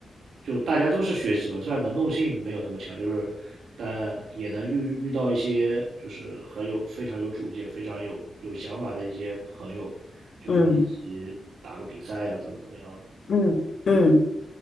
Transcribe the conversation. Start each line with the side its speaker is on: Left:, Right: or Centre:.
Right: 就大家都是学习嘛，虽然能动性没有那么强，就是但也能遇遇到一些就是很有非常有主见、非常有有想法的一些朋友，就说一起打个比赛呀，
Left: 嗯
Right: 怎么怎么样的。
Left: 嗯嗯